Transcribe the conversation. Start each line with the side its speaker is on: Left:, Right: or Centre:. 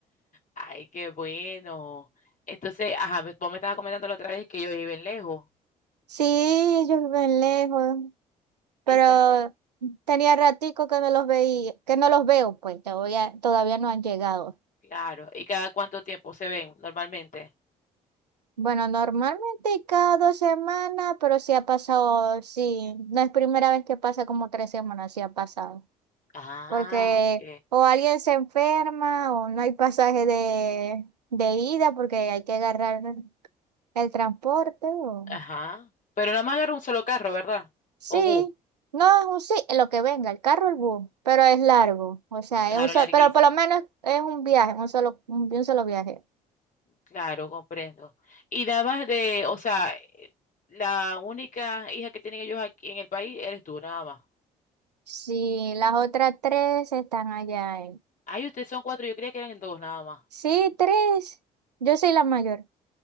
Left: Ay, qué bueno. Entonces, ajá, me- vos me estabas comentando la otra vez que ellos viven lejos.
Right: Sí, ellos viven lejos, pero
Left: Y que,
Right: tenía ratico que no los veía, que no los veo, pues todavía, todavía no han llegado.
Left: claro, ¿y cada cuánto tiempo se ven normalmente?
Right: Bueno, normalmente cada dos semanas, pero sí ha pasado, sí, no es primera vez que pasa como tres semanas, sí ha pasado.
Left: Ah,
Right: Porque
Left: ok.
Right: o alguien se enferma o no hay pasaje de, de ida porque hay que agarrar el transporte. O...
Left: Ajá. Pero nada más agarra un solo carro, ¿verdad?
Right: Sí,
Left: O bus,
Right: no es un sí, lo que venga, el carro o el bus, pero es largo, o sea,
Left: claro,
Right: es un solo,
Left: larguísimo.
Right: pero por lo menos es un viaje, un solo, un, un solo viaje.
Left: Claro, comprendo. Y dabas de, o sea, eh, la única hija que tienen ellos aquí en el país eres tú, nada más.
Right: Sí, las otras tres están allá.
Left: Ay, ustedes son cuatro, yo creía que eran dos, nada más.
Right: Sí, tres. Yo soy la mayor.